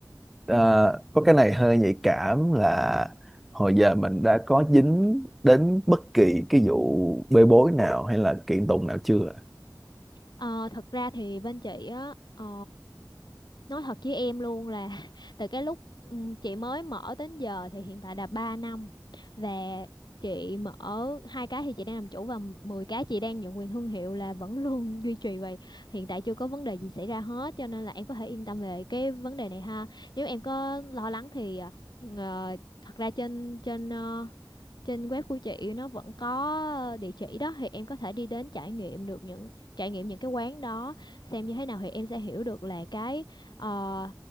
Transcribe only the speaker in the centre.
Ờ,
có cái này hơi nhạy cảm là hồi giờ mình đã có dính đến bất kỳ cái vụ bê bối nào hay là kiện tụng nào chưa? ạ?